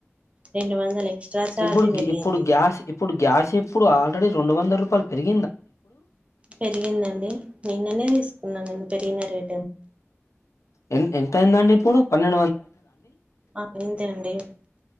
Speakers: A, on the right (about 25°); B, on the left (about 85°).
A: రెండు వందలు ఎక్స్ట్రా ఛార్జ్
B: ఇప్పుడు
A: పెరిగింది
B: ఇప్పుడు గ్యాస్ ఇప్పుడు గ్యాస్ ఎప్పుడు ఆ ల్రెడి రెండువందల రూపాయలు పెరిగిందాండి ఇప్పుడు
A: పెరిగిందండి, నిన్ననే తీసుకున్నాను పెరినా రేటు ఎంబడి
B: ఎ ఎంత అయిందండి ఇప్పుడు పన్నెండు వందల అయినదా అండి
A: ఆ అయిందండి